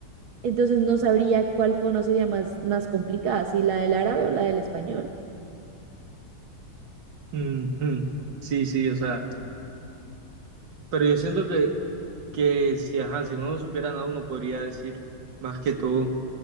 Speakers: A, on the right (about 85°); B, on the right (about 65°).
A: entonces no sabría cuál fono sería más, más complicada, si la del árabe o la del español.
B: Mm, mm. Sí, sí, o sea. Pero yo siento que, que si, ajá, si uno no supiera nada, uno podría decir más que todo